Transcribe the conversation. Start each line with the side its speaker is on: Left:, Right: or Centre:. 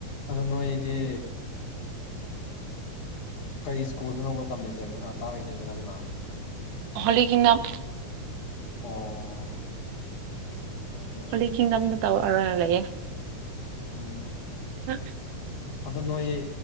Left: ꯑꯗꯣ ꯅꯣꯏꯗꯤ ꯀꯔꯤ ꯁ꯭ꯀꯨꯜꯗꯅꯣꯕ ꯇꯝꯃꯤꯁꯦ ꯇꯔꯤꯁꯦ ꯃꯦꯗꯥꯝꯅ
Right: ꯍꯣꯂꯤ ꯀꯤꯡꯗꯝ
Left: ꯑꯣ ꯑꯣꯀꯦ
Right: ꯍꯣꯂꯤ ꯀꯤꯡꯗꯝꯗ ꯇꯧꯔꯒ ꯂꯩꯑꯦ
Left: ꯎꯝ
Right: <inaudible>
Left: ꯑꯗꯣ ꯅꯣꯏ